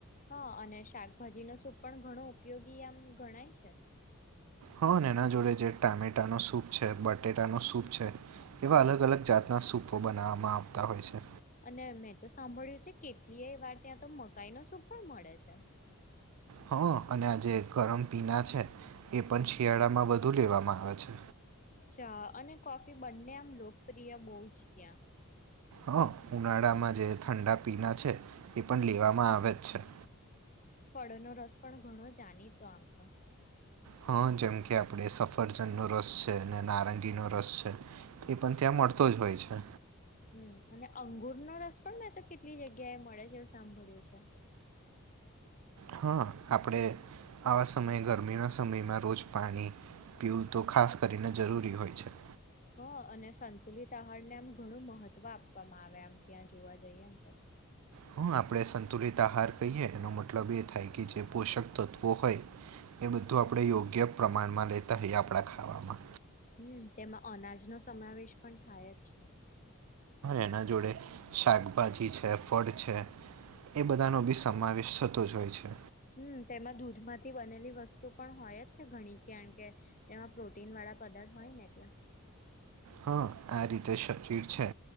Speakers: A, on the left; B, on the right.
A: હા, અને શાકભાજી ન સૂપ પણ ઘણો ઉપયોગી આમ ગણાય છે
B: હ, એના જોડે જે ટામેટા નો સૂપ છે બટેટા નો સૂપ છે એવા અલગ અલગ જાતના સૂપો બનાવવામાં આવતા હોય છે
A: અને મેં તો સાંભળ્યું છે કેટલીય વાર ત્યાં તો મકાઈ નો શૂપ પણ મળે છે
B: હ, અને આ જે ગરમ પીના છે એ પણ શિયાળામાં વધુ લેવામા આવે છે
A: ચા અને કોફી બંને આમ લોકપ્રિય બહુ જ ત્યા.
B: હ ઉનાળામા જે ઠંડા પીના છે, એ પણ લેવામા આવે જ છે.
A: ફળનો રસ પણ ઘણો જાનીતો આમ તો.
B: હા જેમ કે આપડ સફરજનનો રસ છે અને નારંગીનો રસ છે. એ પણ ત્યાં મળતો જ હોય છે.
A: હમ અને અંગુરનો રસ પણ મે તો કેટલી જગ્યા એ મળે છે એવુ સાંભળ્યું છે.
B: હા આપણે આવા સમયે ગરમીના સમયમા રોજ પાણી પીવુ તો ખાસ કરીને જરૂરી હોય છે.
A: હ અને સંતુલિત આહારને આમ ઘણુ મહત્વ આપવામા આવે આમ ત્યાં જોવા જઈએ ને તો.
B: હા આપણે સંતુલિત આહાર કહીએ એનો મતલબ એ થાય કે જે પોષક તત્વો હોય. એ બધું આપણે યોગ્ય પ્રમાણમા લેતા હોઈએ આપણા ખાવામા
A: હમ તેમાં અનાજનો સમાવેશ પણ થાય જ છે.
B: એના જોડે શાકભાજી છે ફળ છે. એ બધાનો બી સમાવેશ થતો જ હોય છે.
A: હમ તેમાં દૂધમાંથી બનેલી વસ્તુ પણ હોય જ છે ઘણી કારણ કે, તેમા પ્રોટીન વાળી પદાર્થ હોય ને એટલા.
B: હા આ રીતે શરીર છે